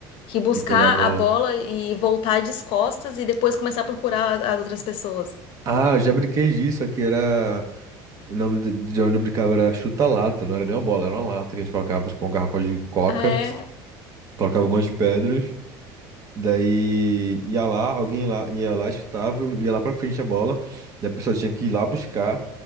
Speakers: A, on the left; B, on the right.
A: que buscar
B: De pegar a bola.
A: a bola e voltar de costas e depois começar a procurar a- as outras pessoas.
B: Ah, eu já brinquei disso. Aqui era. O nome de de onde eu brincava era chuta-lata. Não era nem uma bola, era uma lata que a gente colocava, tipo, uma garrafa de coca.
A: Ah, é?
B: Colocava algumas pedras. Daí ia lá, alguém lá ia lá, chutava, ia lá pra frente a bola. Daí a pessoa tinha que ir lá buscar.